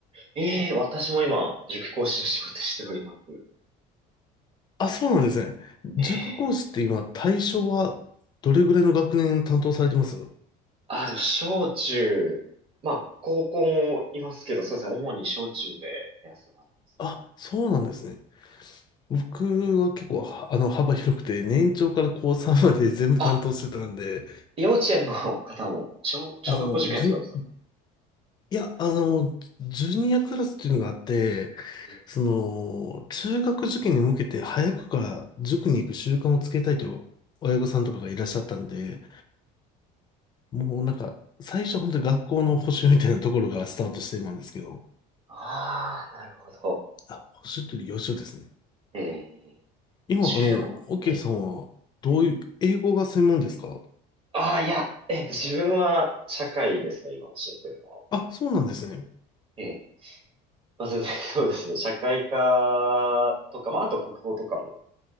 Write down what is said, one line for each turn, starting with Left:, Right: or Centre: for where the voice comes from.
Right: ええ、私も今、塾講師の仕事しております。
Left: あ、そうなんですね。塾講師って今、
Right: ええ、
Left: 対象はどれぐらいの学年担当されてます
Right: あの、小中、まあ、高校もいますけど、そうですね、主に小中でやらせてもらってますね。
Left: あ、そうなんですね。僕は結構、はあの、幅広くて、年長から高3まで全部担当してたんで、
Right: あ、幼稚園の方も、小、小学校受験とかですかね。
Left: あの、じゅん、いや、あの、ジュニアクラスっていうのがあって、
Right: ええ、
Left: その、中学受験に向けて早くから塾に行く習慣をつけたいという親御さんとかがいらっしゃったんで、もうなんか、最初は本当に学校の補習みたいなところがスタートしてなんですけど、
Right: ああ、なるほど。
Left: あ、補習というより予習ですね。
Right: ええ、
Left: 今、
Right: 15、
Left: あの、オッケーさんは、
Right: ええ、
Left: どういう、
Right: ええ、
Left: 英語が専門ですか
Right: ああ、いや、えっと、自分は社会ですね、今教えてるのは。
Left: あ、そうなんですね。
Right: ええまあ、全然 <laughs> そうですね。社会科とか、まあ、あと国語とかもい